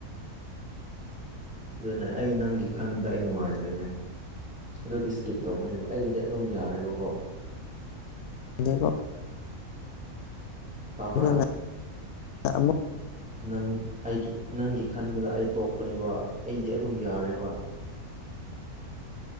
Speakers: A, in the centre; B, on the left.
A: ꯑꯗꯨꯅꯦ ꯑꯩ ꯅꯪꯒꯤ ꯈꯟꯕꯗ ꯑꯩ ꯅꯨꯡꯉꯥꯏꯇ꯭ꯔꯦꯅꯦ ꯑꯗꯨꯒꯤ ꯏꯁꯀꯤꯞ ꯇꯧꯕꯅꯦꯕ ꯑꯩꯒꯤꯗꯤ ꯑꯗꯨꯝ ꯌꯥꯔꯦꯕꯀꯣ
B: ꯑꯀꯣ
A: ꯇꯥꯕ꯭ꯔꯥ
B: ꯑꯗꯨꯅ ꯑꯃꯨꯛ
A: ꯅꯪ ꯑꯩꯒꯤ ꯅꯪꯒꯤ ꯈꯟꯕꯗ ꯑꯩ ꯇꯣꯛꯄꯅꯦꯕ ꯑꯩꯗꯤ ꯑꯗꯨꯝ ꯌꯥꯔꯦꯕ